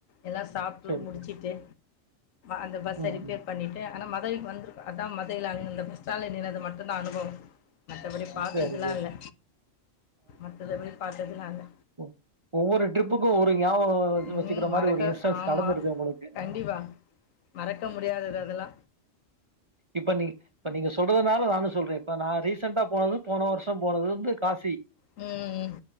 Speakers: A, on the left; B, on the right.
A: எல்லா சாப்ட்டு
B: சரி,
A: முடிச்சுட்டு
B: சரி.
A: அந்த பஸ்ஸ
B: ம்.
A: ரிப்பேர்
B: ம்.
A: பண்ணிட்டு ஆனா மதுரைக்கு வந்துருக்க அதா ம இல்லையில்ல அந்தந்த பஸ்டாண்ட்ல நின்னது மட்டுதா அனுபவோ மத்தபடி பாத்ததெல்லா
B: சரி, சரி.
A: இல்ல மத்ததுல போய் பாத்ததெல்லா இல்ல
B: ஓ ஒவ்வொரு ட்ரிப்புக்கு ஒரு ஞாபகோ
A: ம்
B: வச்சுக்கற மாரி
A: மறக்க
B: ஒரு இன்ஸ்டன்ஸ்
A: ஆமாம்
B: நடந்துருக்கு உங்களுக்கு
A: கண்டிப்பாக
B: ஆ ஹா
A: மறக்க முடியாதது அதெல்லா
B: இப்ப நீ இப்ப நீங்க சொல்றதுனால நானு சொல்றே இப்ப நா ரீ சென்டா போனது போன வருஷோ போனது வந்து காசி
A: ம்